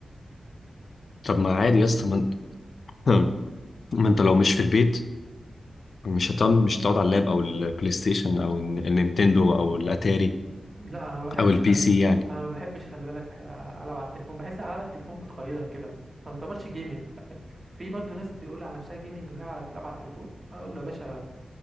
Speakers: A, on the left (about 70°); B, on the right (about 40°).
A: طب ما عادي يا اسطى ما انت <clears throat> ما انت لو مش في البيت مش هتعمل مش هتقعد على اللاب او البلاي ستيشن او الن- النينتندو او الاتاري
B: لا انا ما بحبش
A: او البي
B: خلي
A: سي يعني
B: انا ما بحبش خلي بالك أح- العب على التليفون بحس العاب التليفون بتقيدك كده ما تعتبرش جيمنج خلي بالك في برضو ناس تقول على نفسها جيمنج وهي على- بتلعب على التليفون اقول له يا باشا